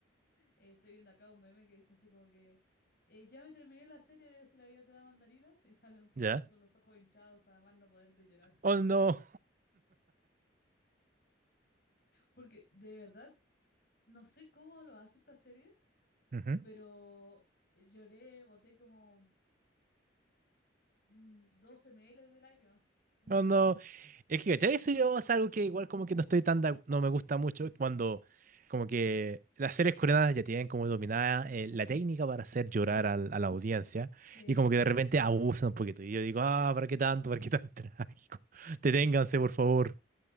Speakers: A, on the left (about 55°); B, on the right (about 45°).
A: Eh, estoy viendo acá un meme que dice así como que eh, ya me terminé la serie de Si la vida te da mandarinas <laughs> y sale un tipo
B: ¿ya?
A: así con los ojos hinchados a más no poder de llorar.
B: Oh no.
A: Porque de verdad, no sé cómo lo hace esta serie,
B: Ujú.
A: pero lloré, boté como mm, 12 ml de lágrimas, yo
B: No,
A: encuentro.
B: no. Es que, ¿cachai? Eso yo es algo que igual como que no estoy tan, de- no me gusta mucho cuando como que las series coreanas ya tienen como dominada eh, la técnica para hacer llorar al- a la audiencia
A: Sí,
B: y como que de repente
A: sí.
B: abusan un poquito. Y yo digo, ah, ¿para qué tanto? ¿Para qué tan <laughs> trágico? Deténganse, por favor.